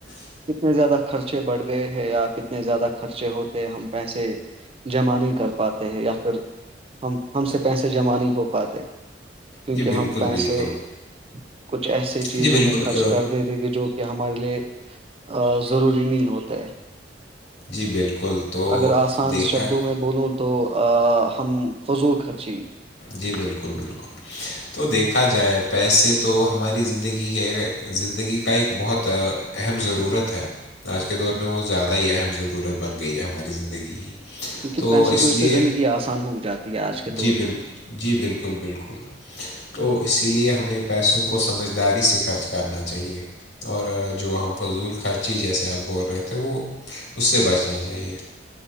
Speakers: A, on the right (about 35°); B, on the left (about 85°).
A: کتنے زیادہ خرچے بڑھ گئے ہیں یا کتنے زیادہ خرچے ہوتے ہیں ہم پیسے جمع نہیں کر پاتے ہیں یا پھر ہم ہم سے پیسے جمع نہیں ہو پاتے کیونکہ
B: جی بالکل
A: ہم پیسے
B: بالکل
A: کچھ ایسے چیزوں
B: جی بالکل
A: میں خرچ
B: اہ،
A: کر دیتے کہ جو کہ ہمارے لیے ضروری نہیں ہوتا ہے
B: جی بالکل تو
A: اگر آسان
B: دیکھا
A: شبدوں میں بولوں تو آ ہم فضول خرچی گے
B: جی بالکل بالکل تو دیکھا جائے پیسے تو ہماری زندگی کے زندگی کا ایک بہت اہم ضرورت ہے آج کے دور میں وہ زیادہ ہی اہم ضرورت بن گئی ہے ہماری زندگی کی
A: کیونکہ
B: تو
A: پیسے
B: اس
A: کی وجہ
B: لیے
A: سے زندگی آسان ہو جاتی ہے آج کے
B: جی
A: دور
B: بالکل
A: میں
B: جی بالکل بالکل تو اسی لیے ہمیں پیسوں کو سمجھداری سے خرچ کرنا چاہیے اور جو ہم فضول خرچی جیسے آپ بول رہے تھے وہ اس سے بچنا چاہیے